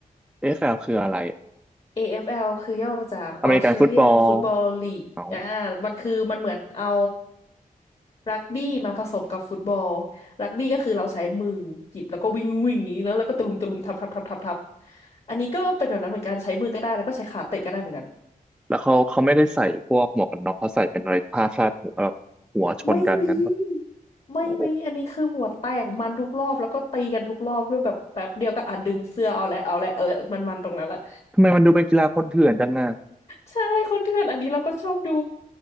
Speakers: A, in the centre; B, on the left.
A: เอเอฟแ f ลคืออะไรอะ
B: AFL คือย่อมาจาก
A: อเมริกันฟุตบอล
B: Australian Football League
A: เอ้า
B: อ่ามันคือมันเหมือนเอารักบี้มาผสมกับฟุตบอลรักบี้ก็คือเราใช้มือหยิบแล้วก็วิ่งวิ่งอย่างนี้แล้วแล้วก็ตะลุมตะลุมทับทับทับทับทับอันนี้ก็เป็นแบบนั้นเหมือนกันใช้มือก็ได้แล้วก็ใช้ขาเตะก็ได้เหมือนกัน
A: แล้วเขาเขาไม่ได้ใส่พวกหมวกกันน็อกเขาใส่เป็นอะไรผ้าคาดหัวแบบหัวชนกันงั้นปะ
B: ไม่มีไม่มีอันนี้คือหัวแตกมันทุกรอบแล้วก็ตีกันทุกรอบด้วยแบบแป๊บเดียวก็อ่ะดึงเสื้อเอาและเอาและเอาละมันมันตรงนั้นแหละ
A: โอ้ทำไมมันดูเป็นกีฬาคนเถื่อนจังอ่ะ
B: ใช่คนเถื่อนอันนี้เราก็ชอบดู